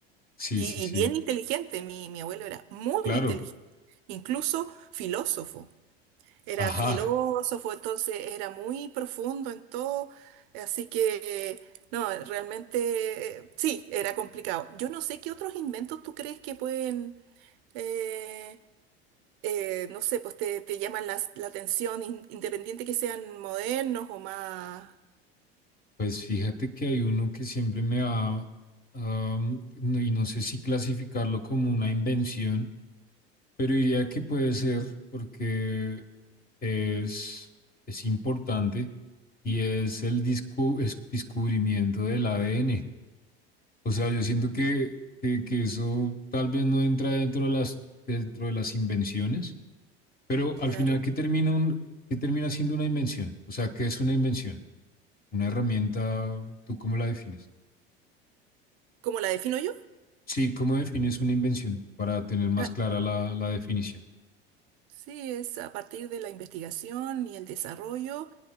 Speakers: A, on the left; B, on the right.
A: sí,
B: Y,
A: sí, sí,
B: y bien inteligente, mi, mi abuelo era muy
A: claro.
B: inteligente, incluso filósofo. Era
A: Ajá.
B: filósofo, entonces era muy profundo en todo, así que, no, realmente, eh, sí, era complicado. Yo no sé qué otros inventos tú crees que pueden, eh, eh, no sé, pues te, te llaman la, la atención, in- independiente que sean modernos o más...
A: Pues fíjate que hay uno que siempre me ha... am, no- y no sé si clasificarlo como una invención Pero diría que puede ser porque es, es importante y es el disco, es descubrimiento del ADN. O sea, yo siento que, que, que eso tal vez no entra dentro de las, dentro de las invenciones, pero al
B: Claro.
A: final, ¿qué termina, un, qué termina siendo una invención? O sea, ¿qué es una invención? Una herramienta, ¿tú cómo la defines?
B: ¿Cómo la defino yo?
A: Sí, ¿cómo defines una invención para tener más
B: Ah,
A: clara la, la definición?
B: sí, es a partir de la investigación y el desarrollo